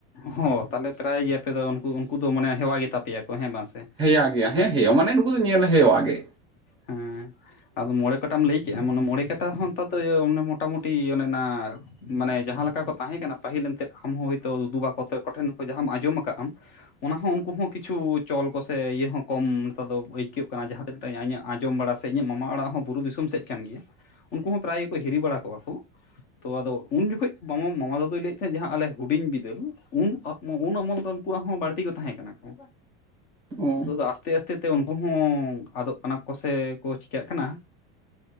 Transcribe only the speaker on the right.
ᱦᱮᱭᱟ ᱜᱮᱭᱟ ᱦᱮᱸ ᱦᱮᱸ ᱢᱟᱱᱮ ᱱᱩᱠᱩ ᱫᱚ ᱧᱮᱞ ᱦᱮᱣᱟ ᱜᱮ
ᱚ